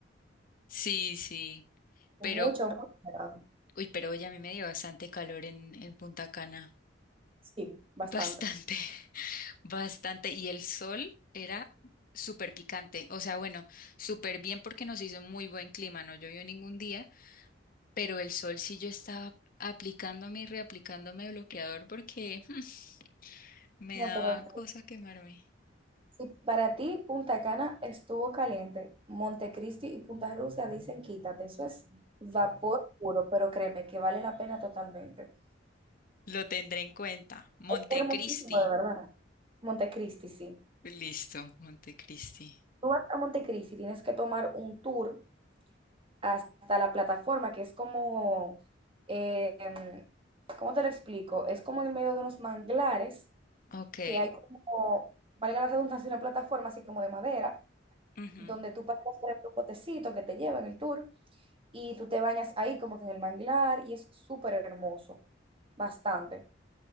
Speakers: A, on the left (about 45°); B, on the right (about 30°).
A: Sí, sí.
B: Mucho,
A: Pero,
B: mucho. raro.
A: Uy, pero hoy a mí me dio bastante calor en, en Punta Cana.
B: Sí, bastante.
A: Bastante, <laughs> bastante. Y el sol era súper picante. O sea, bueno, súper bien porque nos hizo muy buen clima. No llovió ningún día, pero el sol sí yo estaba aplicándome y reaplicándome bloqueador porque <laughs> me
B: No,
A: daba
B: pero
A: cosa quemarme.
B: Si para ti Punta Cana estuvo caliente, Montecristi y Punta Rusia dicen quítate, eso es vapor puro, pero créeme que vale la pena totalmente.
A: Lo tendré en cuenta. Montecristi.
B: Es hermosísimo, de verdad. Montecristi, sí.
A: Listo, Montecristi.
B: Tú vas a Montecristi, tienes que tomar un tour hasta la plataforma, que es como, eh, em, ¿cómo te lo explico? Es como en el medio de unos manglares,
A: Ok.
B: que hay como, valga la redundancia, una plataforma así como de madera,
A: ujú,
B: donde tú pasas por el potecito que te lleva en el tour y tú te bañas ahí como que en el manglar y es súper hermoso, bastante.